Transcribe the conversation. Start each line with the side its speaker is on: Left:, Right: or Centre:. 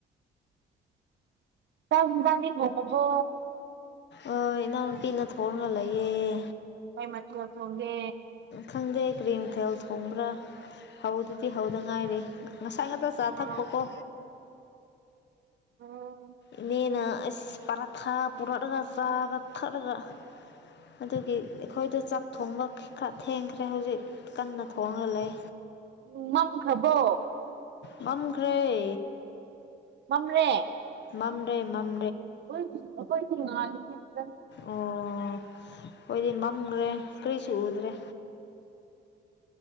Right: ꯇ ꯏꯒꯥꯅꯤ ꯍꯣꯕꯣ
Left: ꯑ ꯏꯅꯥꯎꯅꯨꯄꯤꯅ ꯊꯣꯡꯒ ꯂꯩꯌꯦꯦ
Right: ꯀꯩ ꯃꯊꯦꯜ ꯊꯣꯡꯒꯦ
Left: ꯈꯪꯗꯦ ꯀ꯭ꯔꯤꯝꯊꯦꯜ ꯊꯣꯡꯕ꯭ꯔꯥ ꯍꯧꯗꯨꯗꯤ ꯍꯧꯗ ꯉꯥꯏꯔꯦ ꯉꯁꯥꯏ ꯉꯥꯛꯇ ꯆꯥ
Right: ꯑꯥ,
Left: ꯊꯛꯄꯀꯣ
Right: ꯑꯣ
Left: ꯏꯅꯦꯅ ꯑꯁ ꯄꯔꯥꯊꯥ ꯄꯨꯔꯛꯂꯒ ꯆꯥꯒ ꯊꯛꯂꯒ ꯑꯗꯨꯒꯤ ꯑꯩꯈꯣꯏꯗ ꯆꯥꯛ ꯊꯣꯡꯕ ꯈꯔ ꯊꯦꯡꯈ꯭ꯔꯦ ꯍꯧꯖꯤꯛ ꯀꯟꯅ ꯊꯣꯡꯒ ꯂꯩ
Right: ꯎ ꯃꯝ ꯈꯕꯣ
Left: ꯃꯝꯈ꯭ꯔꯩ
Right: ꯃꯝꯔꯦ
Left: ꯃꯝꯗꯦ ꯃꯝ
Right: ꯣꯏꯣꯏ ꯐꯃ
Left: ꯑꯣ ꯑꯩꯣꯏꯗꯤ ꯃꯝꯈ꯭ꯔꯦ ꯀꯔꯤꯁꯨ ꯎꯗ꯭ꯔꯦ